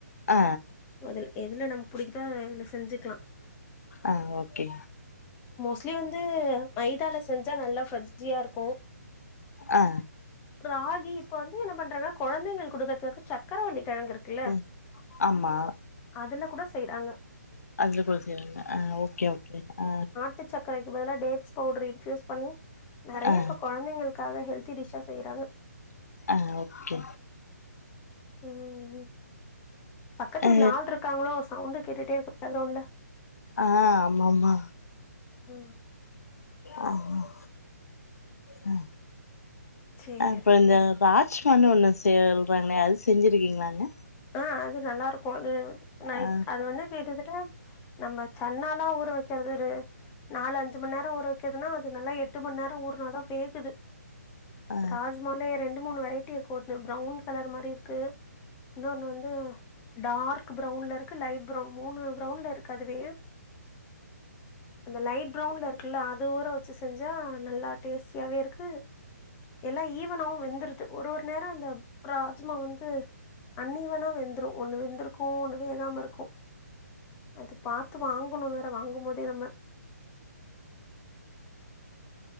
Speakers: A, on the left; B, on the left.
A: ஆ
B: அதுல எதுல நம்ம பிடிக்குதோ அதுல செஞ்சுக்லா
A: ஆ ஓகே
B: ஆக்சுலி வந்து மைதால செஞ்சா நல்லா ஃபஜ்ஜியா இருக்கு
A: ஆ
B: ராகி இப்ப வந்து என்ன பண்றாங்க குழந்தைங்கள் குடுக்கத்துக்கு சக்கரவல்லி கிழங்கு இருக்குல்ல
A: ம் ஆமா
B: அதுல கூட செய்றாங்க
A: அதுல கூட செய்வாங்களா ஆ ஓகே ஓகே அ
B: ட்டு சக்கரைக்கு பதுல டேட்ஸ் பவுடர் இன்ஃப்யூஸ் பண்ணி நறைய
A: ஆ
B: இப்ப குழந்தைங்களுக்காக ஹெல்தி டிஸ்ஷா செய்றாங்க
A: அ ஓகே
B: ம் பக்கத்து
A: ஆ
B: வீட்டுல ஆள் இருக்காங்களோ சவுண்டு கேட்டுட்டே இரு கிரவுண்ட்ல
A: அ ஆம்மாமா
B: ஓ
A: ஆஹ அ
B: சேரி
A: அப்ரோ இந்த
B: சேரி
A: ராஜ் ஒன்னு ஒன்னு சேல்றாங்களே அது செஞ்சுருக்கீங்களாங்க
B: ஆ அது நல்லா நைட்
A: ஆ
B: அது வந்து கிட்டதட்ட நம்ம சன்னாலா ஊற வைக்கிறது நாலஞ்சு மண்நேரோ ஊற வைக்கதுன்னா அது நல்லா எட்டு மண்நேரோ ஊறுனாதா வேகுது
A: ஆ
B: ராஜ்மாலே ரெண்டு மூணு வெரைட்டி இருக்கு ஒன்னு ப்ரௌன் கலர் மாரி இருக்கு இன்னொன்னு வந்து டார்க் ப்ரவுன்ல இருக்கு லைட் ப்ரவுன் மூணு ப்ரவுன்ல இருக்கு அதுவே அந்த லைட் ப்ரவுன்ல இருக்குல்ல அது ஊர வச்சு செஞ்சா நல்லா டேஸ்டியாவே இருக்கு எல்லா ஈவனாவு வெந்துருது ஒரு ஒரு நேரோ அந்த ராஜ்மா வந்து தண்ணி வேணா வெந்துரு ஒண்ணு வெந்திருக்கு ஒண்ணு வேகாம இருக்கு அது பாத்து வாங்கணு வேற வாங்கும் போதே நம்ம